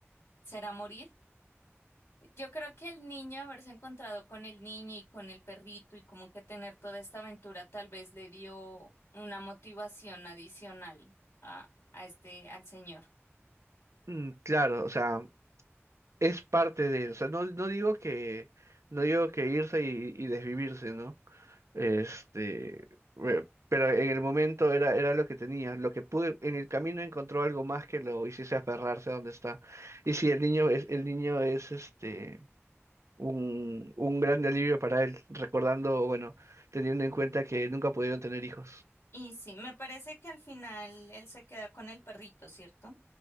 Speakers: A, on the left (about 80°); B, on the right (about 85°).
A: será morir. Yo creo que el niño, haberse encontrado con el niño y con el perrito y como que tener toda esta aventura tal vez le dio una motivación adicional a, a este, al señor.
B: mm, claro, o sea, es parte de, o sea, no, no digo que, no digo que irse y, y desvivirse, ¿no? Este, bueno, pero en el momento era, era lo que tenía. Lo que pude, en el camino encontró algo más que lo hiciese aferrarse a donde está. Y si el niño es, el niño es este un, un gran alivio para él, recordando, bueno, teniendo en cuenta que nunca pudieron tener hijos.
A: Y sí, me parece que al final él se queda con el perrito, ¿cierto?